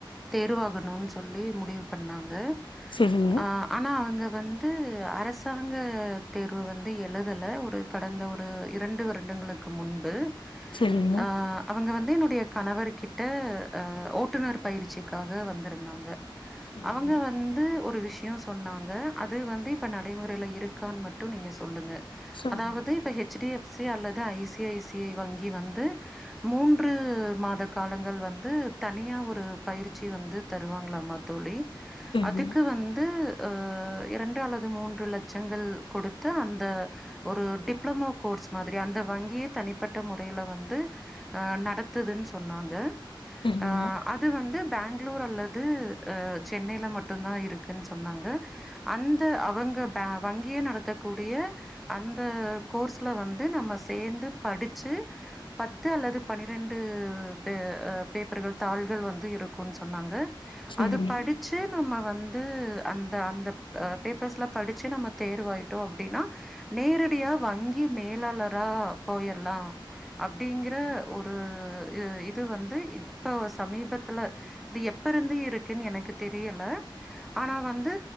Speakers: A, in the centre; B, on the left.
A: தேர்வாகணும்ன்னு சொல்லி முடிவு பண்ணாங்க
B: செரிங்க
A: ஆஹ் ஆனா அவ்ங்க வந்து அரஸ் சாங்க தேர்வு வந்து எழுதல ஒரு கடந்த ஒரு இரண்டு வருடங்களுக்கு முன்பு
B: செரிங்க
A: ஆஹ் அவங்க வந் து என்னுடைய கணவர் கிட்ட ஆஹ் ஓட்டுநர் பயிற்சிக்காக வந்திருந்தாங்க
B: செரிங்க
A: அவங்க வந்து ஒ ரு விஷ்யம் சொன்னாங்க அது வந்து இப்ப ந டைமுறைல இருக்கான் மட்டும் நீங்க சொல்லுங்க
B: சொல்லுங்க
A: அதாவது இப்ப ஹெச் டி எஃப் சி அல்லது I C I C I வங்கி வந்து மூன்று மாத காலங்கள் வந்து தனியா ஒரு பயிற்சி வந்து தருவாங்ளாமா தோழி
B: செரிங்க
A: அதுக்கு வந்து ஆஹ் இரண்டு அல்லது மூன் று லச்சங்கள் குடுத்து அந்த ஒரு டிப்ளமோ கோர்ஸ் மாதிரி அந்த வங்கியே தனிப்பட்ட முறைல வந்து ஆஹ் நடத்துதுன் சொன்னாங்க
B: செரிங்க
A: ஆஹ் அது வந்து பேங்ளூர் அல்லது ஆஹ் சென்னையில மட்டுந்தான் இருக்குன் சொன்னாங்க அந்த அவங்க பே வங்கியே நடத்தக்கூடிய அந்த கோர்ஸ்ல வந்து நம்ம சேந்து படிச்சு பத்து அல்லது பன்னிரெண்டு பே ஆஹ் பேப்பர்கள் தாள்கள் வந்து இருக்குன் சொன்னாங்க
B: செரிங்க
A: அது படிச்சு நம்ம வ ந்து அந்த அந்த ப் பேப்பர்ஸ்லா படிச்சி நம்ம தேர்வாயிட்டோம் அப்டின்னா நேரடியா வங்கி மேலாளரா போயிற்லா அப்டிங்ற ஒரு அஹ் இது வந்து இப்போ சமீபத்துல இது எப்ப இருந்து இருக்குன் எனக்கு தெரியெல ஆனா வந்து